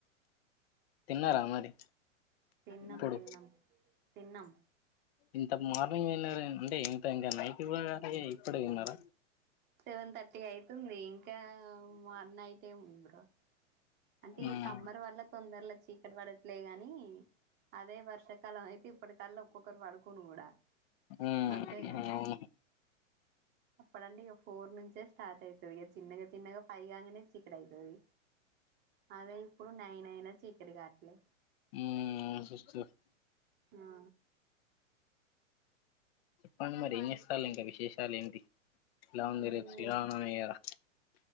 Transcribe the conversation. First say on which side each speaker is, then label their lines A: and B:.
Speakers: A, on the left; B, on the right.
A: తిన్నారా మరి
B: తిన్నం
A: ఇప్పుడు
B: తిన్నం తిన్నం
A: ఇంత మార్నింగ్ తిన్నార అంటే ఇంత ఇంగ నైట్ గూడ గాలె ఇప్పడె తిన్నర
B: సెవెన్ థర్టీ అయితుంది ఇంకా మార్ నైట్ ఏమి బ్రో అంటే
A: ఉమ్
B: సమ్మర్ వల్ల తొందర్లో చీకటి పడట్లే గాని అదే వర్షాకాలం అయితే ఇప్పటి కళ్ళ ఒక్కొక్కరు పడుకోను కూడా
A: మ్మ్
B: అంతే కదా
A: అవును
B: అప్పుడంటే ఇగ ఫోర్ నుంచే స్టార్ట్ అయితది ఇగ చిన్నగా చిన్నగా ఫైవ్ కాగానే ఎక్కడైతది అదే ఇప్పుడు నైన అయినా చీకటి గాట్లే
A: మ్మ్ సిస్టర్
B: ఆ
A: జెప్పండి మరి ఎంజేస్తలే ఇంక విశేషాలు ఏంటి ఎలా ఉంది
B: మ్
A: రేపు శ్రీరామ నవమి కదా